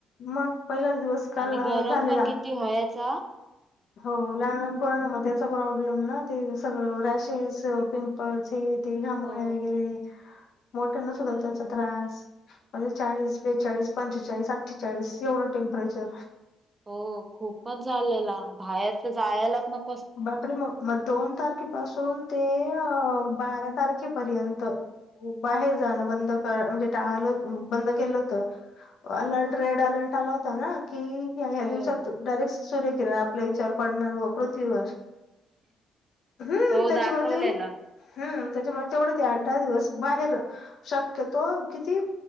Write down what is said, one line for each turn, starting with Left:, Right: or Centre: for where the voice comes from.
Left: मग पहिलाच दिवस काल
Right: आणि गरम
Left: झालेला
Right: पण किती होयाचं.
Left: हो लहान लहान लहान पोरांना ना मग त्याचा प्रॉब्लेम ना ते सगळं रॅशेस पिंपल्स हे. ते घामोळ्या
Right: हो
Left: वगैरे, मोठ्या ना सुद्धा त्याचा त्रास म्हणजे चाळीस, बेचाळीस, पंचेचाळीस, अठ्ठेचाळीस एवढं टेम परेचर.
Right: हो खूपच झालेला बाहेरच जायलाच नक.
Left: बापरे मग मग दोन तारखेपासून ते बारा तारखेपर्यंत. बाहेर जाणं बंद म्हणजे टाळलं बंद केलं होत. अलर्ट रेड अलर्ट आला होता ना? कि ह्या
Right: हो
Left: ह्या दिवसात डायरेक्ट सूर्य किरण आपल्या विचवर पडणार बा पृथ्वीवर. हम्म
Right: हो
Left: त्याच्यामध्ये
Right: दाखवलेला
Left: हम्म त्याच्यामध्ये तेवढ आठ दहा दिवस बाहेर शक्यतो किती